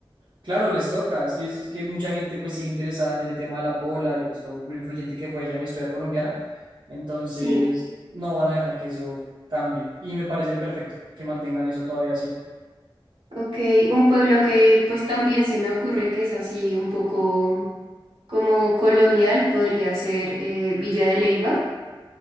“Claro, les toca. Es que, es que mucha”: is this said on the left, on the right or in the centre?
Right